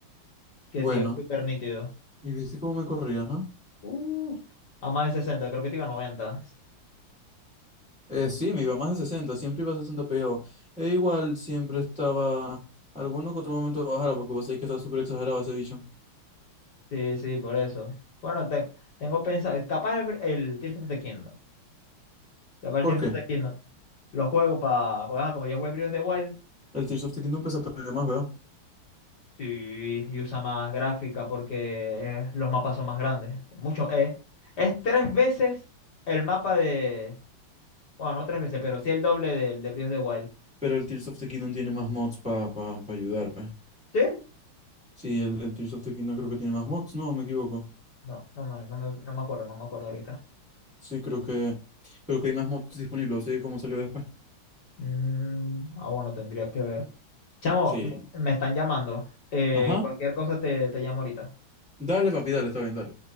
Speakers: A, on the left; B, in the centre.
A: que
B: Bueno,
A: te iba súper nítido.
B: y viste cómo me corría, ajá?
A: Uf, a más de 60 creo que te iba a 90.
B: Eh, sí, me iba más de sesenta siempre iba a 60 PO. E igual siempre estaba alguno que otro momento bajara, porque vos sabés que está súper exagerado ese bicho.
A: Sí, sí, por eso. Bueno, te- tengo pensado, capaz el, el Tears of the Kingdom. Capaz el
B: ¿Por
A: Tears
B: qué?
A: of the Kingdom. Lo juego para, porque ajá, como ya jugué Breath of the Wild.
B: El Tears of the Kingdom pesa todavía más, ¿verdad?
A: Sí, y usa más gráfica porque eh, los mapas son más grandes. Mucho, eh, es tres veces el mapa de. Bueno, no tres veces, pero sí el doble del de Breath of the Wild.
B: Pero el Tears of the Kingdom tiene más mods para pa, pa pa ayudar, pues.
A: ¿Sí?
B: Sí, el, el Tears of the Kingdom creo que tiene más mods, no, me equivoco.
A: No, no me, no me, no me acuerdo, no me acuerdo ahorita.
B: Sí, creo que creo que hay más mods disponibles, sí, como salió después.
A: Mm, ah, bueno, tendría que ver. Chamo,
B: Sí.
A: me, me están llamando. Eh,
B: Ajá.
A: cualquier cosa te, te llamo ahorita.
B: Dale, papi, dale, está bien, dale.